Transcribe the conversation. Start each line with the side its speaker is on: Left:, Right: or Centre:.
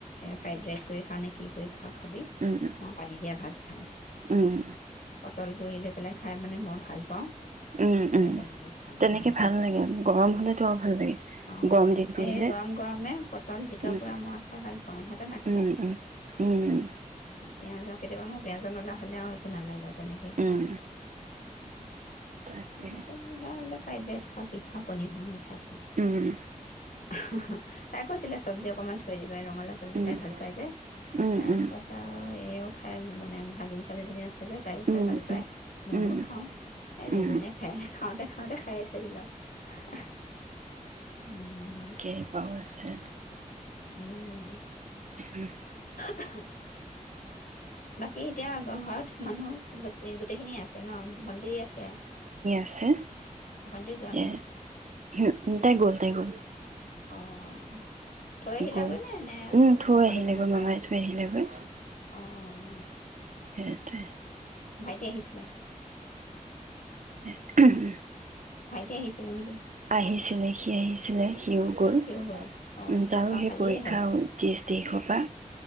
Left: ফ্ৰাইড ৰাইচ কৰি খাওঁ নে কি কৰি খাওঁ। খাবি
Right: উম
Left: মই পানী দিয়া ভাত খাম।
Right: উম
Left: তল পুৰি লৈ পেলাই খাই মানে মই ভাল পাওঁ।
Right: উম, উম।
Left: সেই তেনেকে খাম
Right: তেনেকে
Left: তাহাঁতে
Right: ভাল লাগে গৰম হ'লেতো আৰু ভাল লাগে।
Left: আহ
Right: গৰম দিন
Left: সেই
Right: পৰিলে
Left: গৰম গৰমে পটল জিকা
Right: উম,
Left: পোৰা মৰা খাই ভাল পাওঁ সিহঁতে নাখায়
Right: উম,
Left: <unintelligible>
Right: উম, উম,
Left: পিয়াজৰ কেতিয়াবা মোৰ পিয়াজৰ নলা হলে আৰু একো নালাগে আৰু তেনেকেই খাওঁ।
Right: উম। তাকে
Left: সিহঁতে সে অলপ ফ্ৰাইড ৰাইচ খাওঁ কি খাওঁনে কণী ভাঙিয়ে খাই
Right: উম,
Left: <unintelligible> তাই কৈছিলে চব্জি অকণমান থৈ দিবা ৰঙালাও চব্জি
Right: উম,
Left: খাই ভাল পায় যে
Right: উম,
Left: তাৰপিছত
Right: উম,
Left: আৰু এও খাই মানে ভাগিন ছোৱালীজনী আছে যে তাইও খাই
Right: উম,
Left: ভাল পাই
Right: উম।
Left: মইও
Right: উম,
Left: খাওঁ সে দুইজনে
Right: উম,
Left: খায় খাওঁতে খাওঁতে খাইয়ে থৈ দিলো <unintelligible> উম
Right: কে পাব আছে
Left: উম
Right: হম <inaudible>
Left: হা বাকী এতিয়া ঘৰত মানুহ বেছি গোটেইখিনিয়ে আছে আছে ন ভণ্টি আছে
Right: আছে
Left: ভণ্টি যোৱা নাই
Right: এ হম তাই গ'ল তাই গ'ল
Left: অঁ থৈ আহিলাগৈ
Right: গৈ
Left: নে নে
Right: উম থৈ
Left: অকলে
Right: আহিলে
Left: যাব
Right: গৈ
Left: পাৰে
Right: মামাই থৈ আহিলে গৈ
Left: অঁ
Right: সেইটোৱে
Left: ভাইটি আহিছিলে
Right: উ উম
Left: ভাইটি আহিছিলে নেকি
Right: আহিছিলে সি আহিছিলে সিও গল
Left: সিও অঁ
Right: উ তাৰ
Left: ঘৰ
Right: সেই
Left: খালীয়ে
Right: পৰীক্ষা উষ্ট দেসবা